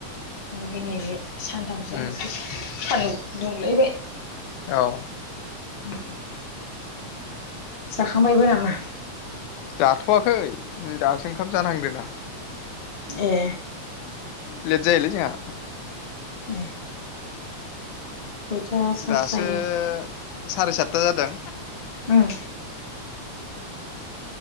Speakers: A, on the left; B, on the left.
A: ओमफाय नैबे सानथामसोआ
B: उम
A: एसे सानदुं दुंलायबाय।
B: औ।
A: हम। जाखांबायबो नामा?
B: जाथ'वाखै दासो ओंखाम जानहांदों ना।
A: ए।
B: लेथ जायोलै जोंहा।
A: ए। खयथासोआवसो
B: दासो
A: जायो
B: साराय सातथा जादों।
A: उम